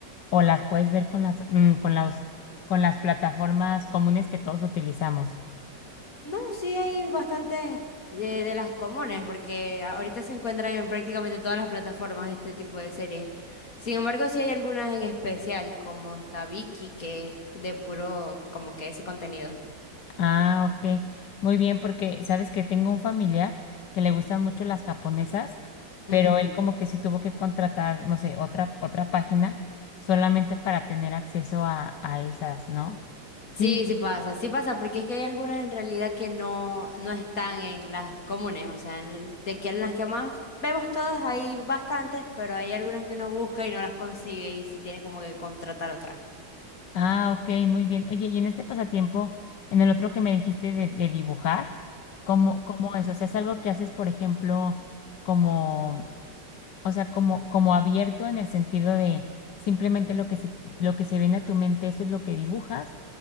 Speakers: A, on the left; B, on the left.
A: o las puedes ver con las, mm, con las, con las plataformas comunes que todos utilizamos?
B: No, sí hay bastantes de, de las comunes, porque a- ahorita se encuentran en prácticamente todas las plataformas este tipo de series. Sin embargo, sí hay algunas en especial, como está Vicky, que es de puro, como que ese contenido.
A: Ah, ok. Muy bien, porque sabes que tengo un familiar que le gustan mucho las japonesas, pero
B: Ujú.
A: él como que sí tuvo que contratar, no sé, otra, otra página solamente para tener acceso a, a esas, ¿no? Sí.
B: Sí, sí pasa, sí pasa, porque es que hay algunas en realidad que no, no están en las comunes, o sea, en el- de que en las que más vemos todas hay bastantes, pero hay algunas que uno busca y no las consigue y sí tiene como que contratar otras.
A: Ah, ok, muy bien. Oye, y en este pasatiempo, en el otro que me dijiste de, de dibujar, ¿cómo, cómo es? O sea, es algo que haces, por ejemplo, como, o sea, como, como abierto en el sentido de simplemente lo que se, lo que se viene a tu mente, eso es lo que dibujas